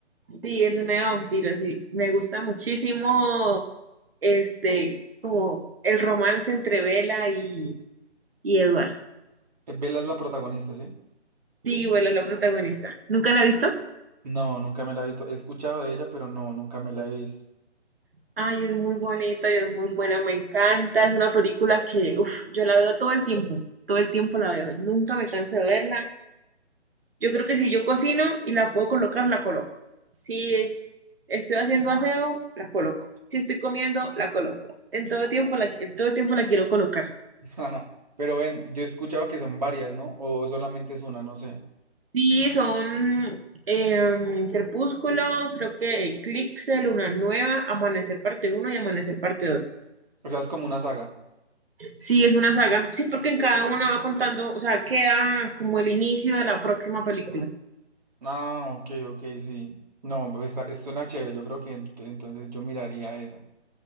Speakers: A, on the right; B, on the right.
A: Sí, es una de vampiros, sí. Me gusta muchísimo este, como el romance entre Bella y, y Edward.
B: Eh, Bella es la protagonista, ¿sí?
A: Sí, Bella es la protagonista. ¿Nunca la ha visto?
B: No, nunca me la he visto. He escuchado de ella, pero no, nunca me la he visto.
A: Ay, es muy bonita y es muy buena, me encanta. Es una película que, uf, yo la veo todo el tiempo, todo el tiempo la veo. Nunca me canso de verla. Yo creo que si yo cocino y la puedo colocar, la coloco. Si estoy haciendo aseo, la coloco. Si estoy comiendo, la coloco. En todo tiempo la, en todo tiempo la quiero colocar.
B: <laughs> Pero ven, yo he escuchado que son varias, ¿no? O solamente es una, no sé.
A: Sí, son em, Crepúsculo, creo que Eclipse, Luna Nueva, Amanecer parte uno y Amanecer parte 2.
B: O sea, es como una saga.
A: Sí, es una saga. Sí, porque en cada una va contando, o sea, queda como el inicio de la próxima película.
B: Ah, ok, ok, sí. No, pues está, es- suena chévere. Yo creo que ent- entonces yo miraría esa.